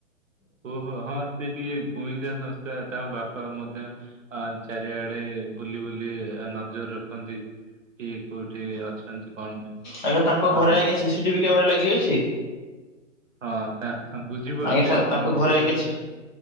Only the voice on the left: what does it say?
ଆଜ୍ଞା ତାଙ୍କ ଘରେ
ଆଜ୍ଞା ସିସିଟିଭି କ୍ୟାମେରା ଲାଗିକି ଅଛି?
ଆଜ୍ଞା ସା
ତାଙ୍କ
ଘରେ କିଛି